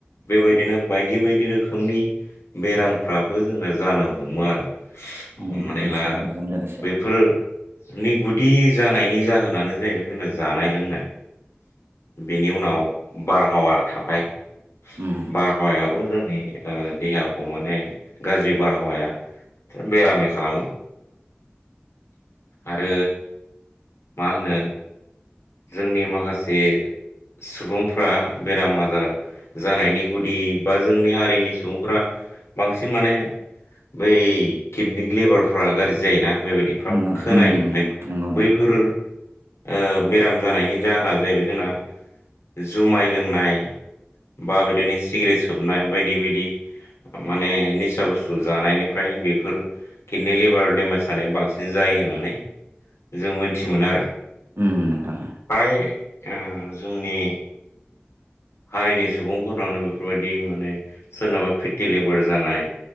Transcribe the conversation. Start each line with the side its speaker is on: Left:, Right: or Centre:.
Left: बेबाय दिनो बायदि बायदि रोखोमनि बेरामफ्राबो जोंना जानो हमो आरो
Right: उम
Left: हमनानै
Right: बैसो
Left: ला
Right: जानायजों लोगोसे
Left: बेफोरनि गुदि जानायनि जाहोनानो जाहैबाय जोंना जानाय लोंनाय बेनि उनाव बारहावा थाबाय
Right: उम
Left: बारहावायाबो जोंनि ओ देहाखौ माने गाज्रि बारहावाया बेरामि खालामो आरो मा होनो जोंनि माखासे सुबुंफ्रा बेराम आजार जानायनि गुदि बा जोंनि हारिनि सुबुंफ्रा बांसिन माने बै किडनिक लेबारफ्रा गाज्रि जायोना बेबायदि फाब
Right: उम
Left: खोनायो
Right: उम
Left: ओमफ्राय
Right: नंगौ नंगौ नंगौ।
Left: बैफोर ओ बेराम जानायनि जाहोना जाहैबाय जोंना जुमाय लोंनाय बा बिदिनो सिग्रेट सोबनाय बायदि बायदि माने निसा बुस्थु जानायनिफ्राय बेफोर किडनि लिभार देमेज जानाया बांसिन जा जायो होननानै जों मोनथि मोनो आरो
Right: उम नोंथां
Left: फ्राय ओ जोंनि हारिनि सुबुंफोरनावनो बेफोरबायदि माने सोरनाबा फिटि लेबार जानाय